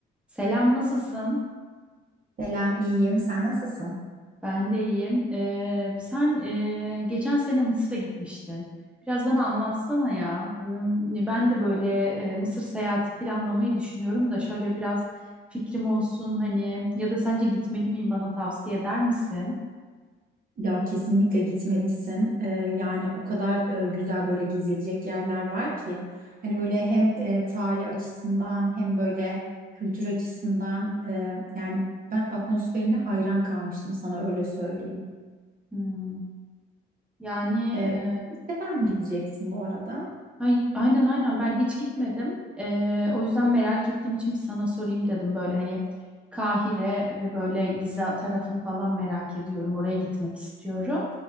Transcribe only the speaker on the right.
Selam, iyiyim. Sen nasılsın?
Ya kesinlikle gitmelisin. Ee, yani o kadar e, güzel böyle gezilecek yerler var ki. Hani böyle hem e, tarih açısından hem böyle kültür açısından e, yani ben atmosferine hayran kalmıştım sana öyle söyleyeyim.
Ee,
ilk defa mı gideceksin bu arada?